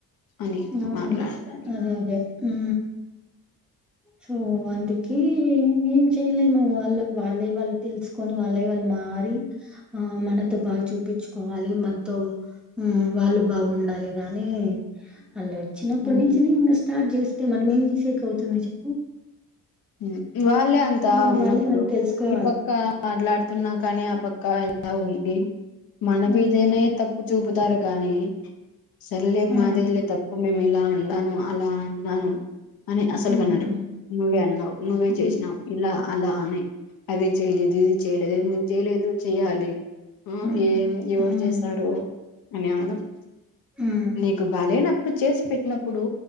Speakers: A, on the left; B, in the centre.
A: అని
B: అవును
A: మాట్లాడతారు
B: అదే అదే హు సో అందుకే ఏం చెయలేను వాళ్ళ వాళ్ళై వాళ్ళు తెలుసుకొని వాళ్ళై వాళ్ళు మారి ఆ మనతో
A: హ్మ్.
B: బాగా చూపించు కోవాలి మనతో ఉమ్ వాళ్ళు బాగుండాలి గానీ అళ్ళు వోచ్చినప్పటి
A: హ్మ్.
B: నుంచి నిన్ను స్ స్టార్ట్ చేస్తే మనం ఏం చేసేకి అవుతుంది చెప్పు
A: హ్ ఇ వాళ్ళే అంతా
B: ఆ,
A: ఉన్నప్పుడు
B: వాళ్ళే వాళ్ళు తెలుసుకోవాలి
A: ఈ పక్క మాట్లాడుతున్నా కానీ ఆ పక్క ఇట్ల ఉంది మన
B: మ్
A: మిదనే తప్పు చూపుతారు కానీ సర్లే
B: మ్
A: మాది గాలే తప్పు మేము ఇలా ఉన్నను అలా అన్నాను అని అసలు
B: మ్
A: గాన్నారు నువ్వే అన్నావు నువ్వే
B: మ్
A: చేసినావ్ ఇలా అలా అని ఆది చెయ్యలేదు ఇది చెయ్యలేదు ఎందుకు చెయ్యలేదు. ఏదో చేయాలి ఆ
B: మ్
A: ఏం ఎవరు
B: మ్
A: చేస్తారు అని అనడం
B: మ్
A: నీగు బాలేనాప్పు చేసి పెట్టినప్పుడు